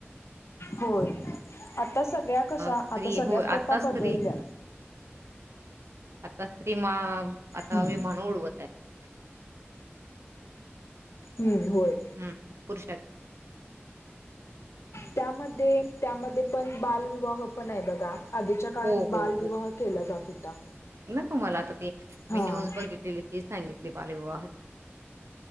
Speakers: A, on the left; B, on the right.
A: होय. आता सगळ्या कशा,
B: स्त्री
A: आता सगळ्या
B: होय
A: प्रथा
B: आता स्त्री
A: बदलल्या.
B: कतिमा <unintelligible> आता
A: हम्म.
B: विही माणू उडवत आहे <unintelligible>
A: हम्म. होय.
B: हम्म पुरुष
A: त्यामध्ये त्यामध्ये पण बाल व हो पण आहे बघा. आधीच्या काळात
B: हो
A: बालविवाह
B: हो
A: केला जात होता.
B: तु मला तर ते
A: हा
B: मी न्यूज बघितलेली तीच सांगितली बालविवाहात